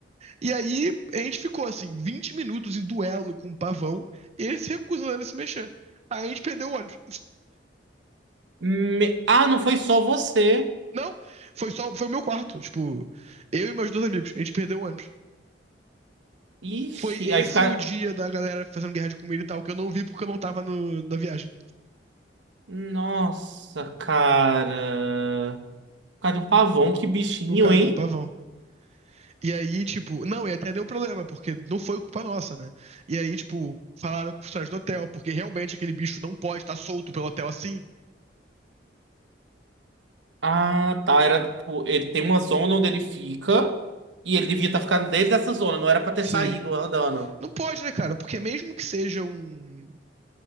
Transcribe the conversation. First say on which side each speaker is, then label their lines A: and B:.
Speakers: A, on the right (about 35°); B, on the right (about 85°).
A: E aí a gente ficou assim, 20 minutos em duelo com o pavão, e ele se recusando a se mexer. Aí a gente perdeu o ônibus.
B: Me- Ah, não foi só você.
A: Não, foi só, foi o meu quarto, tipo, eu e meus dois amigos, a gente perdeu o ônibus.
B: Ixi,
A: Foi esse
B: aí fica.
A: o dia da galera fazendo guerra de comida e tal, que eu não vi porque eu não tava no- na viagem,
B: Nossa, cara. Cara, um pavão, que bichinho,
A: por causa
B: hein?
A: de um pavão. E aí, tipo, não, e até deu problema, porque não foi culpa nossa, né? E aí, tipo, falaram com os caras do hotel, porque realmente aquele bicho não pode estar solto pelo hotel assim.
B: Ah, tá. Era, tipo, ele tem uma zona onde ele fica. E ele devia estar ficando dentro dessa zona. Não era pra ter
A: Sei.
B: saído andando.
A: Não pode, né, cara? Porque mesmo que seja um.